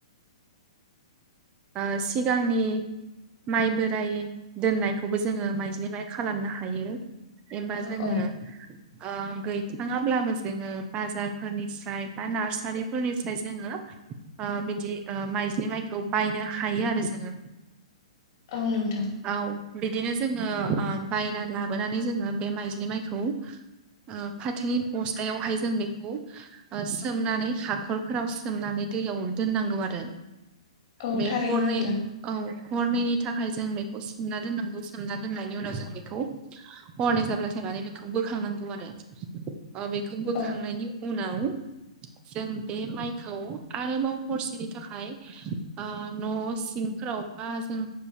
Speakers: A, on the left; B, on the right.
A: <inaudible>
B: ओ सिगांनि माइ बोराय दोननायखौबो जोङो माइज्लि माइ खालामनो हायो। एबा
A: औ
B: जोङो
A: औ
B: ओ गैथाराब्लाबो जोङो बाजारफोरनिफ्राय बा नार्सारिफोरनिफ्राय जोङो ओ बिदि ओ माइजे माइखौ बायनो हायो आरो जोङो।
A: औ नोंथां
B: औ बिदिनो जोङो बायना लाबोनानै जोङो बे माइज्लि माइखौ ओ फाथोनि बस्थायावहाय जों बेखौ सोमनानै हाखरफोराव सोमनानै दैयाव दोननांगौ आरो
A: औ
B: बे
A: थारैनो
B: हरनै
A: नोंथां
B: औ हरनैनि थाखाय जों बेखौ सोमना दोननांगौ सोमना दोननायनि उनाव जों बेखौ हरनै जाब्लाथाय माने बेखौ बोखांनांगौ आरो बेखौ बोखांनायनि
A: औ
B: उनाव जों बे माइखौ आरोबाव हरसेनि थाखाय ओ न' सिंफोराव बा जों